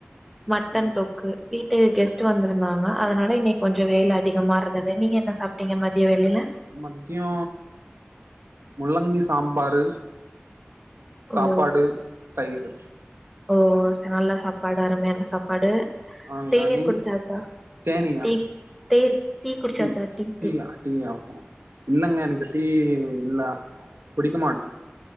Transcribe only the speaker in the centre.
மட்டன்
தொக்கு இ ட்டு கெஸ்ட் வந்திருந்தாங்க அதனால இன்னைக்கு கொஞ்சொ வேல அதிகமா இருந்தது நீங்க என்ன சாப்பிட்டீங்க மதிய வேலையில
ஓ
ஓ ஓ நல்லா சாப்பாடு அருமையானா சாப்பாடு
தேநீர்
குடிச்சாச்சா
டீ தேர் குடிச்சாச்சா
டீ